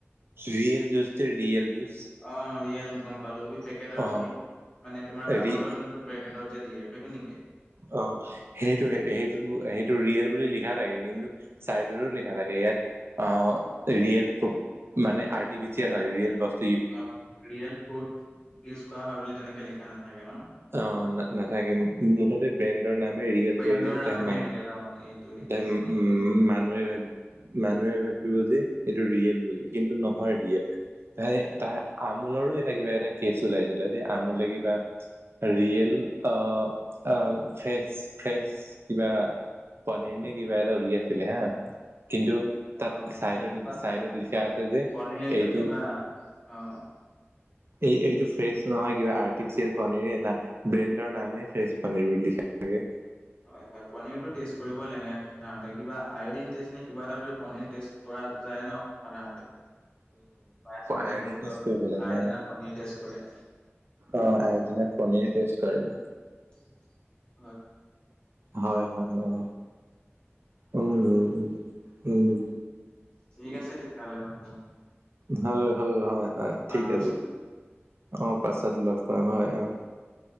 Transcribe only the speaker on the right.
ৰিয়েল জুচ তে ৰিয়েল জুচ
অ
ৰি
অ সেইটো সেইটোত সেইটো ৰিয়েল বুলি লিখা থাকে কিন্তু চাইডৰটো লিখা থাকে ইয়াত অ ৰিয়েল মানে আৰ্টিফিচিয়েল ৰিয়েল বস্ত-
অ', নাথাকে, মুঠতে ব্ৰে নামে ৰিয়েল
কৰি দিহে
ত মান
ত
উম
মানুহে ভাব <unintelligible> মানুহে ভাবিব যে এইটো ৰিয়েল বুলি, কিন্তু নহয় ৰিয়েল। এই তাৰ আমুলৰো এটা কিবা এটা কেচ ওলাইছিলে দেই আমোলে কিবা ৰিয়েল আহ-আহ ফ্ৰেচ-ফ্ৰেচ কিবা পনীৰ নে কিবা এটা উলিয়াইছিলে হা। কিন্তু তাত
চাইডত-ছাইডত
লিখা আছে যে
এইটো
এই এইটো ফ্ৰেচ নহয় কিবা আৰ্টিফিয়েল পনিৰে না ব্ৰেণ্ডৰ নামে ফ্ৰেচ পনীৰ বুলি লিখাথাকে।
আয়ডিন
টেষ্ট কৰিব লাগে
অ', আয়দিনত পনিৰ টেষ্ট কৰে।
হয়-হয়, উম। উম-উম-উম-উম।
হয়-হয়-হয়-হয়, ঠিক
আছে। অ পাছত লগ পাম হয় অ'।